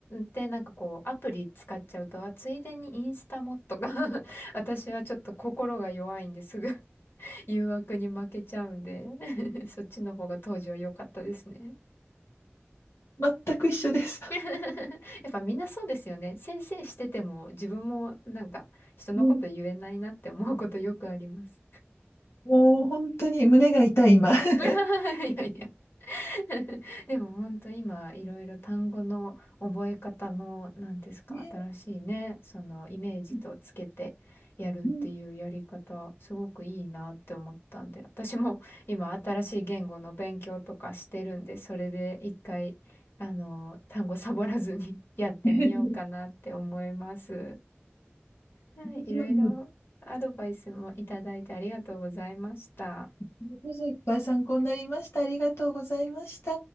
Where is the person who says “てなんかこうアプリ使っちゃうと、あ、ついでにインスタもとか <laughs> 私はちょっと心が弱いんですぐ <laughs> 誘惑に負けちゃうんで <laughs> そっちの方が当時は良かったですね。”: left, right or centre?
Left